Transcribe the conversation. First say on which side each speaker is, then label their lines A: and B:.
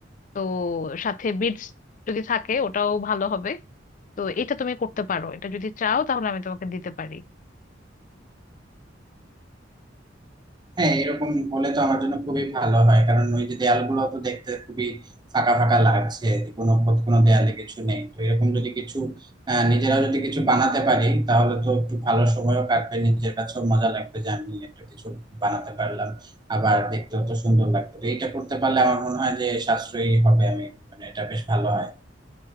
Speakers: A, on the left; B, on the right.
A: তো সাথে বিডস যদি থাকে ওটাও ভালো হবে তো এটা তুমি করতে পারো এটা যদি চাও তাহলে আমি তোমাকে দিতে পারি
B: হ্যাঁ এরকম হলে তো আমার জন্য খুবই ভালো হয় কারণ ওই যে দেয়ালগুলো তো দেখতে খুবই ফাঁকা ফাঁকা লাগছে কোনো খোদ কোনো দেয়ালে কিছু নেই তো এরকম যদি কিছু আহ, নিজেরাও যদি কিছু বানাতে পারি তাহলে তো একটু ভালো সময়ও কাটবে নিজের কাছেও মজা লাগবে যে আমি একটা কিছু বানাতে পারলাম আবার দেখতেও তো সুন্দর লাগবে তো এটা করতে পারলে আমার মনে হয় যে সাশ্রয়ী হবে আমি মানে এটা বেশ ভালো হয়